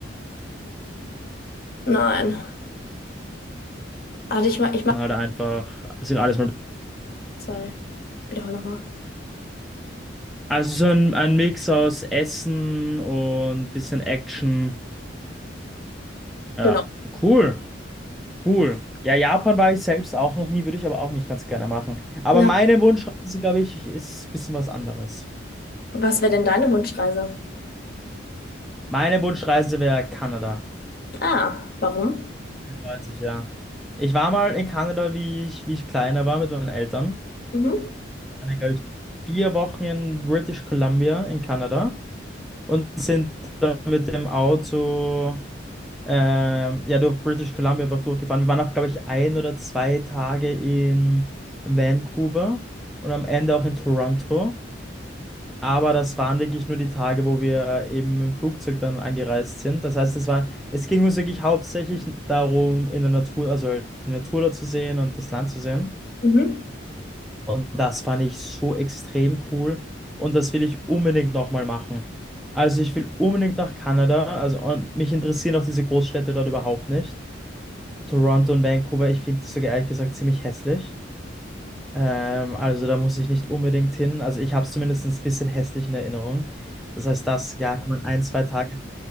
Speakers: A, on the left; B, in the centre.
A: Nein. Also ich mach, ich mach,
B: halt einfach sich alles mal.
A: sorry, wiederhole nochmal.
B: Also so ein, ein Mix aus Essen und bisschen Action. Ja,
A: Genau.
B: cool, cool. Ja, Japan war ich selbst auch noch nie, würde ich aber auch nicht ganz gerne machen. Aber
A: Ja.
B: meine Wunschreise, glaube ich, ist ein bisschen was anderes.
A: Was wäre denn deine Wunschreise?
B: Meine Wunschreise wäre Kanada.
A: Ah, warum?
B: 30, ja. Ich war mal in Kanada, wie ich, wie ich kleiner war mit meinen Eltern.
A: Mhm.
B: Ich war, glaube ich, vier Wochen in British Columbia in Kanada. und sind dann mit dem Auto ähm, ja durch British Columbia einfach durchgefahren. Wir waren auch, glaube ich, ein oder zwei Tage in Vancouver und am Ende auch in Toronto. Aber das waren wirklich nur die Tage, wo wir eben im Flugzeug dann angereist sind. Das heißt, es war, es ging uns wirklich hauptsächlich darum, in der Natur, also halt die Natur da zu sehen und das Land zu sehen.
A: Mhm.
B: Und das fand ich so extrem cool und das will ich unbedingt nochmal machen. Also ich will unbedingt nach Kanada, also und mich interessieren auch diese Großstädte dort überhaupt nicht. Toronto und Vancouver, ich finde die sogar ehrlich gesagt ziemlich hässlich. Ähm, also da muss ich nicht unbedingt hin. Also ich habe es zumindest ein bisschen hässlich in Erinnerung. Das heißt, das, ja, kann man ein, zwei Tage.